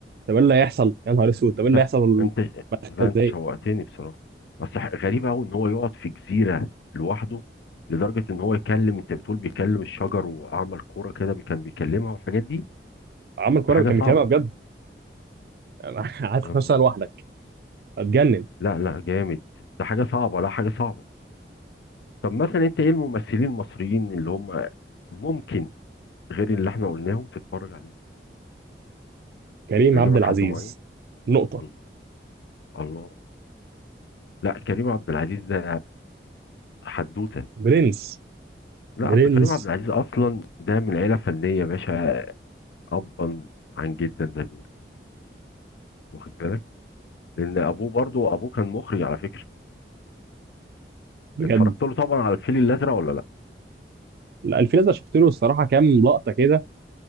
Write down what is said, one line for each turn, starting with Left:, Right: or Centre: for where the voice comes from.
Right: طب ايه اللي هيحصل يا نهار اسود طب ايه
Left: لا
Right: اللي هيحصل
Left: انت لا
Right: ازاي
Left: انت شوقتني بصراحه بس ح- غريب قوي ان هو يقعد في جزيره لوحده لدرجه ان هو يكلم انت بتقول بيكلم الشجر وعمل كوره كده بي- كان بيكلمها والحاجات دي
Right: عمل كوره
Left: ده حاجه
Right: كان بيكلمها
Left: صعبه
Right: بجد <laughs> قعدت 15
Left: يا نهار
Right: سنه لوحدك
Left: ابيض
Right: اتجنن
Left: لا لا جامد ده حاجه صعبه لا حاجه صعبه طب مثلا انت ايه الممثلين المصريين اللي هم ممكن غير اللي احنا قلناهم تتفرج عليهم
Right: كريم
Left: يعجبك
Right: عبد العزيز
Left: حد معين
Right: نقطه
Left: الله الله لا كريم عبد العزيز ده حدوته
Right: برنس
Left: لا
Right: برنس
Left: اصل كريم عبد العزيز اصلا ده من عيله فنيه يا باشا ابا عن جدا زي ما بيقولوا واخد بالك لان ابوه برضو ابوه كان مخرج على فكره
Right: بجد
Left: اتفرجت له طبعا على الفيل الازرق ولا لا
Right: لا الفيلم ده شفت له الصراحه كام لقطه كده